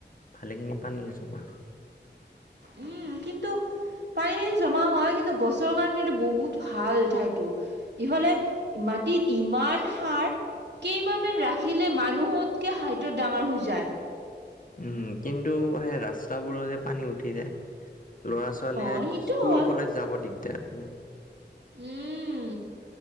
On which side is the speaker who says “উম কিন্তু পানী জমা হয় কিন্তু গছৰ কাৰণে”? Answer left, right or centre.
Right